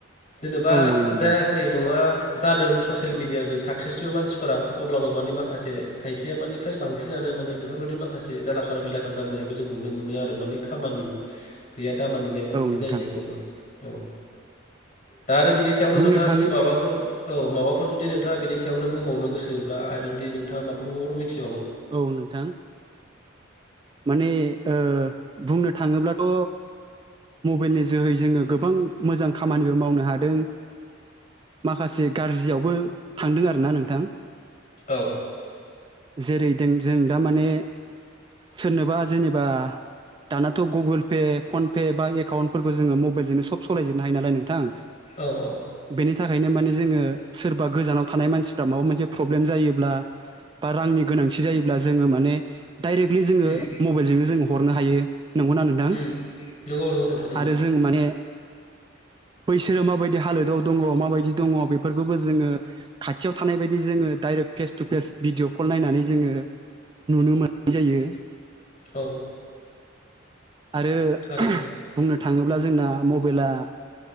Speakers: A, on the left; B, on the right.
A: जेनेबा
B: औ औ नंगौ
A: जायाखै नङा जादों ससियेल मिडिया जों साक्सेसबो मानसिफोरा। अब्लाबो माने माखासे खायसेया माने फ्राय बांसिनानो माने बेफोरबायदि माखासे जालाखार बिलाखार जानायखौ जों नुनो मोनो आरो माने खामानि गैया। दामानि गैया बेफोरबायदि
B: औ नोंथां
A: जाहैनायखौबो। औ दा आरो बिनि सायावनो
B: बुंनो
A: नोंथाङा
B: थाङो
A: जुदि माबाफोर औ माबाफोर जुदि नों नोंथाङा बेनि सायावनो बुंबावनो गोसोब्ला आरो जुदि नोंथाङा माबाफोर मिथि
B: औ नोंथां। माने ओ बुंनो थाङोब्लाथ' मबाइलनि जोहै जोङो गोबां मोजां खामानिबो मावनो हादों। माखासे गाज्रियावबो थांदों आरोना नोंथां।
A: औ।
B: जेरै- दों जों दा माने सोरनोबा जेनेबा दानाथ' गुगोल पे फन पे बा एकाउन्टफोरखौ जोङो मबाइलजोंनो सब समाय सलायजोबनो हायो नालाय नोंथां।
A: औ औ
B: बेनि थाखायनो माने जोङो सोरबा गोजानाव थानाय मानसिफ्रा माबा मोनसे फ्रब्लेम जायोब्ला ओ रांनि गोनांथि जायोब्ला जोङो माने दायरेकलि जोङो
A: उम
B: मबेलजोंनो जोङो हरनो हायो। नंगौना नोंथां?
A: उम नंगौ नंगौ नोंथां नंगौ
B: आरो जों माने बैसोरो माबायदि हालोदाव दङ, माबायदि दङ बेफोरखौबो जोङो खाथियाव थानाय बायदि जोङो direct face to face video call नायनानै ज जोङो नुनो मोननाय जायो।
A: औ।
B: आरो
A: थारैनो
B: बुंनो थाङोब्ला जोंना म बइला